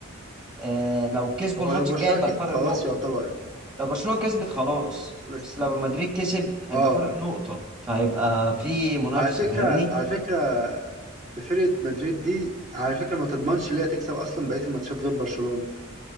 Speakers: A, on the right; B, on the right.
A: آه لو كسبوا
B: هو
A: الماتش
B: لو برشلونه
A: الجاي يبقى
B: كسب
A: الفرق
B: خلاص
A: نقطة
B: يعتبر
A: لو برشلونة كسبت خلاص
B: بس
A: بس لو مدريد كسب هيبقى
B: اه
A: فرق نقطة فهيبقى في منافسة
B: على فكره
A: فاهمني
B: على فكره فرقه مدريد دي على فكره ما تضمنش ليه تكسب اصلا بقيه الماتشات غير برشلونه